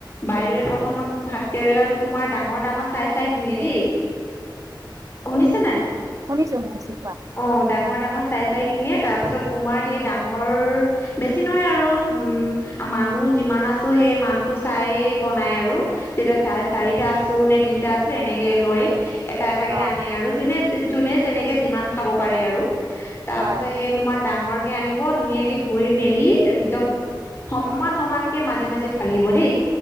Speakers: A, on the left (about 30°); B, on the right (about 45°).
A: বাইদেৱে প্ৰথমত ভাত কেৰেলাটো তোমাৰ ডাঙৰ ডাঙৰ চাই চাই কিনে দেই। শুনিছা নাই? অ
B: শুনিছো শুনিছো কোৱা
A: ডাঙৰ ডাঙৰ চাই- চাই কিনে তাৰপাছত তোমাৰ সেই ডাঙৰ বেছি নহয় আৰু উম মানুহ যিমা- মানাছো সেই মানটোজ চাই বনাই আৰু যেতিয়া চা চাৰিটা আছো নে তিনিটা আছো এনেকে লৈ, এটা এটা কে
B: অ
A: আনে আৰু যোনেজ যোনে যেনেকে যিমান খাব পাৰে আৰু তাৰপাছত
B: হয়
A: সে তোমাৰ সে ডাঙৰ আনিব ধুনীয়াকে ধুই মেলি একদম। সমান সমানকে মাজে মাজে ফালিব দেই।